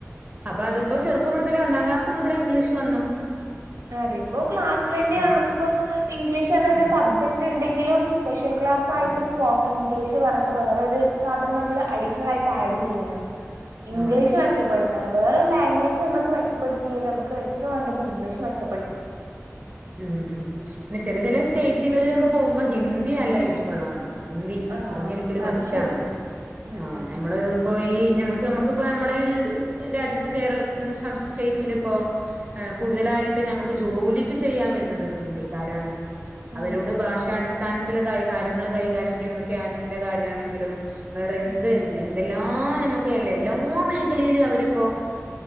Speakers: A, on the right; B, on the right.
A: അപ്പ
B: ഉം
A: അതിപ്പ ചെറുപ്പം മുതൽ ലെ ഒന്നാം ക്ലാസ്സ്‌ മുതലെ ഇംഗ്ലീഷ് വന്നു.
B: അതെ ഇപ്പോ ക്ലാസ്സിലന്നെ
A: ആഹ്
B: നമ്മക്കിപ്പോ ഇംഗ്ലീഷ് എന്നൊരു
A: ഉം
B: സബ്ജക്ട് ഇണ് എന്തെങ്കിലും സ്പെഷ്യൽ ക്ലാസ് ആയി്ട്ട്
A: ഉം
B: സ്പോക്കൻ ഇം ഇംഗ്ലീഷ് പറഞ്ഞിട്ട് വേറൊരു സാധനം നമ്മള് അഡീഷണൽ ആയിട്ട് ആഡ് ചെയ്യാണ്. ഇംഗ്ലീഷ്
A: ആഹ്
B: മെച്ചപ്പെടുത്താനും വേറൊരു ലാംഗ്വേജ് നമ്മക്ക് മെച്ചപ്പെടുത്തിട്ടില്ലെലു നമ്മക്ക് ഏറ്റവും വാണ്ടത് ഇംഗ്ലീഷ് മെച്
A: മ് മ് പിന്നെ ചെല
B: ഉം
A: ചെല സ്റ്റേറ്റ്കളിലൊക്കെ പോകുമ്പോ ഹിന്ദി നല്ല യൂസ്ഫുൾ ആൻണ്ട്. ഹിന്ദി
B: ആഹ്
A: അറിഞ്ഞിരിക്കല്
B: അത്
A: മസ്റ്റാണ്,
B: ശരിയാണ് ഉം
A: ആ
B: ഉം
A: ഞമ്മള് പോയി ഞമ്മ നമുക്കിപ്പോ നമ്മള് ഈ രാജ്യത്ത് കേരളത്തിന് സം സ്റ്റേറ്റിലിപ്പോ കൂടുതലായി ട്ട് ഞമ്മുക്ക് ജോലിക്ക് ചെയ്യാൻ വരുന്നത് ഹിന്ദിക്കാരാണ്.
B: ഉം
A: അവരോട്
B: ഉം
A: ഭാഷാടിസ്ഥാന ത്തില് കൈ കാര്യങ്ങള് കൈകാര്യം ചെയ്യുമ്പോ ക്യാഷിന്റെ കാര്യാണെങ്കിലും വേറെ
B: ഉം
A: എന്ത് എന്തെല്ലാം ആ ഞമ്മുക്ക് അല്ലേ എല്ലാ മേഖലയിലും അവരിപ്പോ